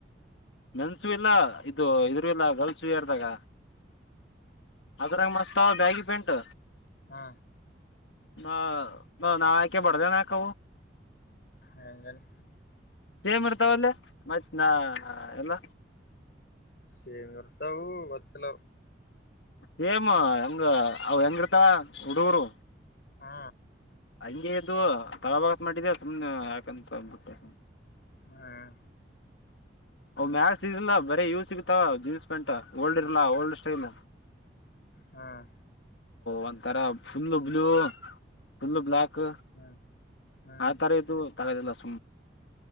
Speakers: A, on the left (about 80°); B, on the left (about 55°).
A: ಮೆನ್ಸು ಇಲ್ಲ ಇದು ಇದರುೂ ಇಲ್ಲ ಗರ್ಲ್ಸ ಯಾರ್ದಾಗ ಅದ್ರಾಗ ಮಸ್ತ್ ಬ್ಯಾಗಿ ಪ್ಯಾಂಟ್
B: ಹಾ
A: ನ ನಾಳಯ್ಕ ಬಡದ ನ ಕ
B: ಹಂಗನ್
A: ಸೆಮ ಬರ್ತಾವಲ್ಲೇ ಮತ್ ನಾ ಎಲ್ಲ
B: ಸೇ ನಿರ್ತಾವವು ಬತ್ತಲ
A: ಸೇಮ್ ಹೆಂಗ ಅವ ಹೆಂಗಿರ್ತ ಹುಡುಗರು
B: ಹಾ
A: ಹಂಗೆ ಎದ್ದು ತಳಬಾಗತ್ ಮಾಡಿದೆ ಸುಮ್ನೆ ಯಾಕಂತಂದ್ಬಿಟ್ಟೆ
B: ಹ್ಮ್
A: ಅ ಮ್ಯಾಕ್ಸ್ ಇಿಲ್ಲ ಬರೀ ಯೂಸ್ ಸಿಗತಾವ ಜೀನ್ಸ್ ಪ್ಯಾಂಟ್ ಓಲ್ಡ್ ಇರ್ಲ ಓಲ್ಡ್ ಸ್ಟೈಲ್
B: ಹ್ಮ್
A: ಒಂಥರ ಫುಲ್ಲ ಬ್ಲೂ ಫುಲ್ಲ ಬ್ಲಾಕ್
B: ಹ್ಮ್ ಹ್ಮ್
A: ಹಾತಾರೆತು ತಗತಲ್ಲಸ